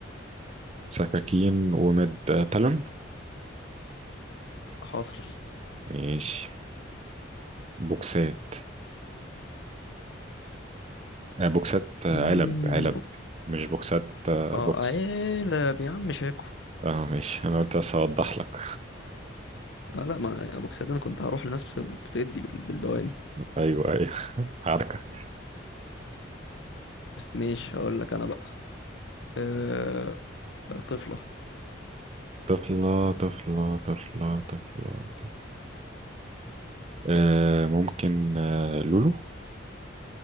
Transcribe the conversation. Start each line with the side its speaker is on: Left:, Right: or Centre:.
Right: سكاكين ومد آه، تالون
Left: حاصل
Right: ماشي بوكسات آه، بوكسات آه،
Left: مم،
Right: علب علب
Left: بو-
Right: مش بوكسات آه،
Left: اه
Right: بوكس
Left: عيلة يا عم شاكو
Right: اه ماشي انا قلت بس اوضح لك
Left: آه لا ما ابو ده انا كنت هروح لناس بت- بتدي بال- بالبواني
Right: ايوه ايوه <laughs> عركة
Left: ماشي هقول لك انا بقى أه... طفلة
Right: طفلة طفلة طفلة طفلة طفلة آه ممكن آه لولو